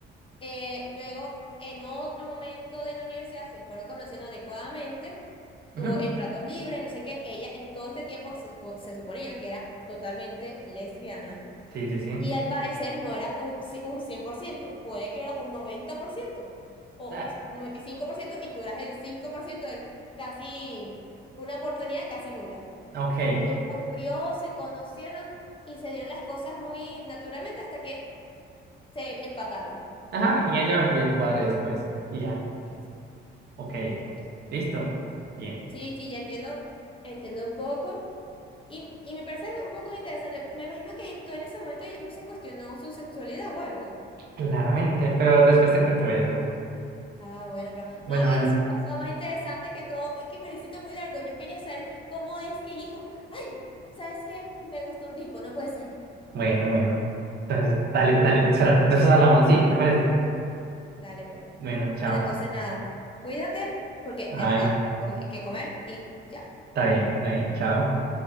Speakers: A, on the left (about 25°); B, on the right (about 55°).
A: Eh, luego, en otro momento de la universidad, se fueron conociendo adecuadamente. Tuvo
B: Ujú.
A: en ratos libres no sé qué. Ella en todo este tiempo se, supo- se suponía que era totalmente lesbiana.
B: Sí, sí, sí.
A: Y al parecer no era un, ci- un cien por ciento puede que era un 90% o, o
B: Ah,
A: noventa y cinco por ciento y tú eras el 5% del casi, una oportunidad casi nula.
B: ok.
A: Y ocurrió, se conocieron y se dieron las cosas muy naturalmente hasta que se empataron.
B: Ajá, y ella me pidió el cuadre después. Y ya,
A: Listo.
B: ok,
A: Ok.
B: listo, bien,
A: Sí, sí, ya entiendo, entiendo un poco. Y, y me parece un poco interesante. Me imagino que en, todo en ese momento ya no se cuestionó su sexualidad o algo.
B: claramente, pero después te cuento eso.
A: Ah, bueno, pero
B: Bueno,
A: no,
B: bueno,
A: eso me pareció más interesante que todo, es que me lo hiciste muy largo. Yo quería saber cómo es que dijo, ay, ¿sabes qué? Me gustó un tipo, no puede ser.
B: bueno, bueno. Entonces, dale, dale, será, de eso hablamos, sí, ¿te parece?
A: <laughs> Dale, pues.
B: Bueno, chao.
A: Bueno, entonces nada, cuídate, porque
B: Ay,
A: de verdad hay que comer que comer y ya.
B: está bien, está bien, chao.